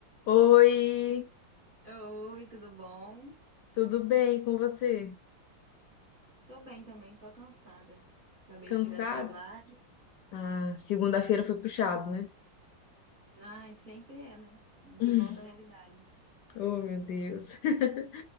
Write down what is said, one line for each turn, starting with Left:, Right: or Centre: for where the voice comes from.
Left: Oi,
Right: Oi, tudo bom?
Left: tudo bem com você?
Right: Tô bem também, só cansada. Acabei
Left: Cansado?
Right: de chegar do trabalho.
Left: Ah, segunda-feira foi puxado, né?
Right: Ai, sempre é, né? De
Left: <laughs>
Right: volta à realidade.
Left: Oh, meu Deus. <laughs>